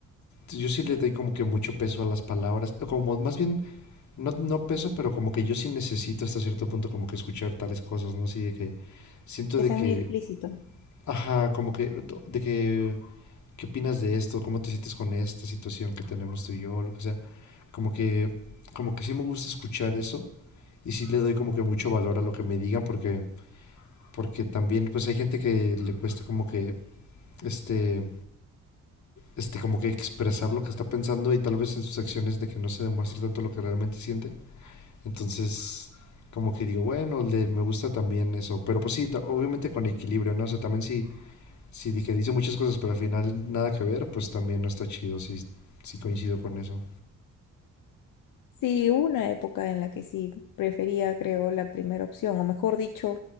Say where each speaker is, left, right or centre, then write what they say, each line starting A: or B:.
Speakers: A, on the left; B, on the left.
A: yo sí le doy como que mucho peso a las palabras, como más bien, no, no peso, pero como que yo sí necesito hasta cierto punto como que escuchar tales cosas, ¿no? Así de que siento
B: Que
A: de
B: sea
A: que,
B: muy explícito.
A: ajá, como que, to- de que, ¿qué opinas de esto? ¿Cómo te sientes con esta situación que tenemos tú y yo? Lo que sea. Como que, como que sí me gusta escuchar eso y sí le doy como que mucho valor a lo que me digan porque, porque también pues hay gente que le cuesta como que, este, este, como que expresar lo que está pensando y tal vez en sus acciones de que no se demuestre tanto lo que realmente siente. Entonces, como que digo, bueno, le, me gusta también eso. Pero pues sí, ta- obviamente con equilibrio, ¿no? O sea, también si, si di- que dice muchas cosas, pero al final nada que ver, pues también no está chido, sí, sí coincido con eso.
B: Sí, hubo una época en la que sí prefería, creo, la primera opción, o mejor dicho,